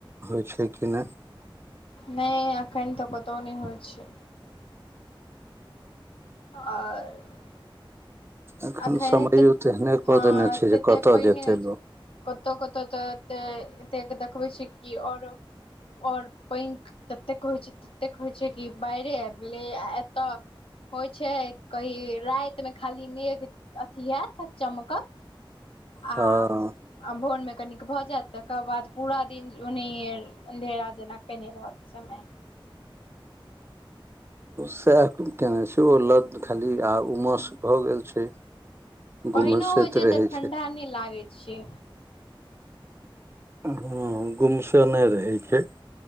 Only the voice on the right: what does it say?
होई छै कि नहि
एखन
समयो
तेहने कऽ
देने छै जे कतय
जेतै
लोक
हँ
सएह केयने छै ओ लऽ खाली आ उमस भऽ गेल छै गुमसैत
रहै
ह गुमसेने रहै छै